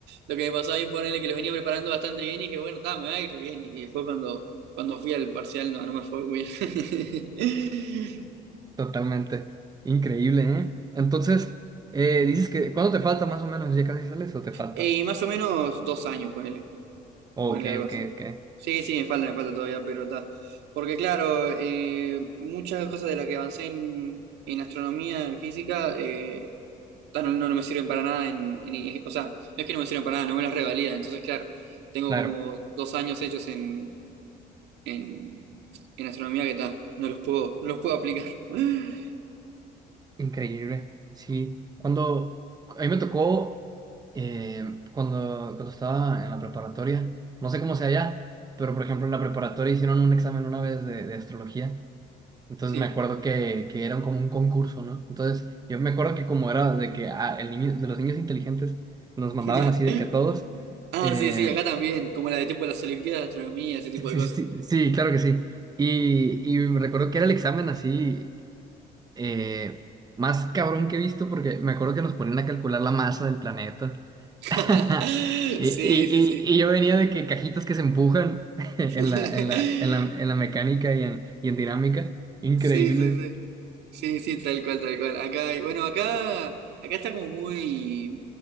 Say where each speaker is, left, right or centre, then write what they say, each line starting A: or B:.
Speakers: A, on the right; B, on the right.
A: lo que me pasó a mí, ponerle que los venía preparando bastante bien y dije, bueno, está, me va a ir bien. Y después cuando, cuando fui al parcial, no, no me fue muy bien. <laughs>
B: Totalmente. Increíble, ¿eh? Entonces, eh, dices que, ¿cuándo te falta más o menos? ¿Ya casi sales o te falta?
A: Y más o menos dos años, ponele.
B: Oh,
A: Ponele
B: ok,
A: algo
B: ok,
A: así.
B: ok.
A: Sí, sí, me falta, me falta todavía, pero está. Porque claro, eh, muchas cosas de las que avancé en, en astronomía, en física, eh, ah, no, no, no me sirven para nada en, en- O sea, no es que no me sirven para nada, no me las revalida. Entonces, claro, tengo
B: Claro,
A: como dos años hechos en, en, en astronomía que está, no los puedo, no los puedo aplicar. <laughs>
B: increíble. Sí, cuando, a mí me tocó, eh, cuando, cuando estaba en la preparatoria, no sé cómo sea allá, pero por ejemplo en la preparatoria hicieron un examen una vez de, de astrología. Entonces
A: Sí.
B: me acuerdo que, que era como un concurso, ¿no? Entonces yo me acuerdo que como era de que ah, el niño, de los niños inteligentes nos mandaban
A: <laughs>
B: así de que a todos.
A: Ah,
B: Eh,
A: sí, sí, acá también, como la de tipo de las Olimpiadas de Astronomía, ese
B: Sí,
A: tipo
B: sí,
A: de cosas.
B: sí, sí, claro que sí. Y, y me recuerdo que era el examen así eh, más cabrón que he visto porque me acuerdo que nos ponían a calcular la masa del planeta.
A: <laughs>
B: <laughs> Y,
A: Sí,
B: y-
A: sí, sí.
B: y- y yo venía de que cajitas que se empujan <laughs> en
A: <laughs>
B: la, en la, en la, en la mecánica y en, y en dinámica. Increíble.
A: Sí, sí, sí. Sí, sí, tal cual, tal cual. Acá, hay- bueno, acá, acá está como muy,